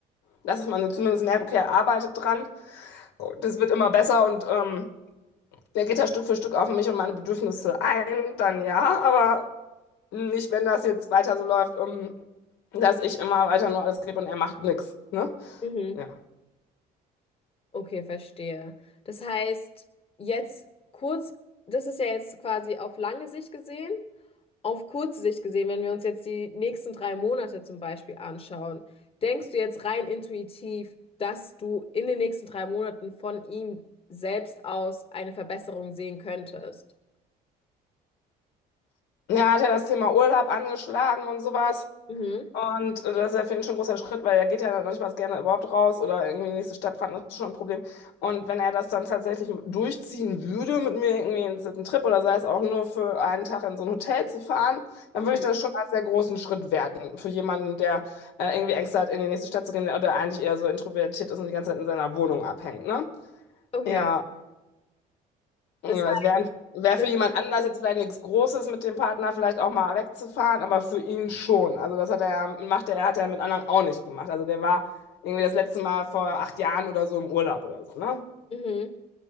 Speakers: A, on the left (about 85°); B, on the left (about 35°).
A: dass man so zumindest merkt, okay, er arbeitet dran, So, das wird immer besser und ähm, Der geht da Stück für Stück auf mich und meine Bedürfnisse ein, dann ja, aber nicht, wenn das jetzt weiter so läuft, ähm, dass ich immer weiter nur alles gebe und er macht nichts, ne?
B: Mhm.
A: Ja.
B: Okay, verstehe. Das heißt, jetzt kurz, das ist ja jetzt quasi auf lange Sicht gesehen. auf kurze Sicht gesehen, wenn wir uns jetzt die nächsten drei Monate zum Beispiel anschauen, denkst du jetzt rein intuitiv, dass du in den nächsten drei Monaten von ihm selbst aus eine Verbesserung sehen könntest?
A: Ja, hat er das Thema Urlaub angeschlagen und sowas.
B: Mhm.
A: Und das ist ja für ihn schon ein großer Schritt, weil er geht ja dann noch nicht mal gerne überhaupt raus oder irgendwie in die nächste Stadt fahren, das ist schon ein Problem. Und wenn er das dann tatsächlich durchziehen würde, mit mir irgendwie in einen Trip oder sei es auch nur für einen Tag in so ein Hotel zu fahren, dann
B: Mhm.
A: würde ich das schon als sehr großen Schritt werten. Für jemanden, der äh, irgendwie Ängste hat, in die nächste Stadt zu gehen oder eigentlich eher so introvertiert ist und die ganze Zeit in seiner Wohnung abhängt, ne?
B: Okay.
A: Ja, ja,
B: Das,
A: Das wäre wär wär
B: das,
A: für jemand anders jetzt vielleicht nichts Großes, mit dem Partner vielleicht auch mal wegzufahren, aber für ihn schon. Also das hat er ja, macht er, hat er mit anderen auch nicht gemacht. Also der war irgendwie das letzte Mal vor acht Jahren oder so im Urlaub oder so, ne?
B: mhm.